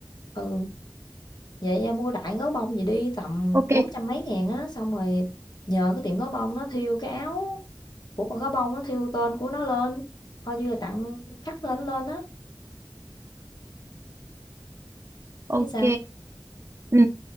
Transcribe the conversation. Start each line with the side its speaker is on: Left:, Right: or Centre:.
Left: ừ, vậy, em mua đại gấu bông gì đi tầm
Right: ok
Left: bốn trăm mấy ngàn á, xong rồi nhờ cái tiệm gấu bông nó thiêu cái áo của con gấu bông nó thiêu tên của nó lên, coi như là tặng khắc tên nó lên á,
Right: ok
Left: thấy sao?
Right: ừ